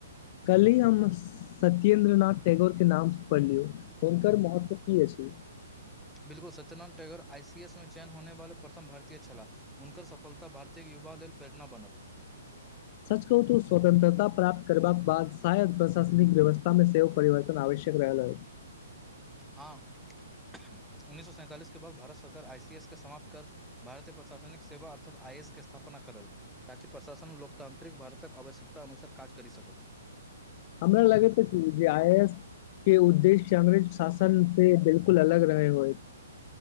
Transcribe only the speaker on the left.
कल्हि हम सत्येन्द्रनाथ टैगोर के नाम से पढ़लियौ हुनकर महत्व की अछि
सच कहू तू स्वतंत्रता प्राप्त करबाक बाद शायद प्रशासनिक व्यवस्था मे सेहो परिवर्तन आव छै चकरा <unintelligible>
हमरा लागै त कि जे आइ एस के उद्देश्य अंग्रेज शासन से बिल्कुल अलग रहे होय